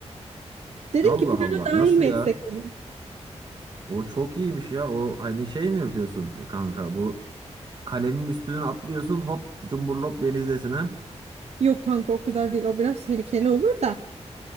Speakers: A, on the right (about 65°); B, on the right (about 40°).
A: Dedim
B: Allah
A: ki plana
B: Allah
A: dahil
B: nasıl
A: mi
B: ya?
A: etsek dedim.
B: O çok iyiymiş ya. O hani şey mi yapıyorsun kanka? Bu kalenin üstüne atlıyorsun hop cumburlop denizdesine.
A: Yok kanka o kadar değil o biraz tehlikeli olur da.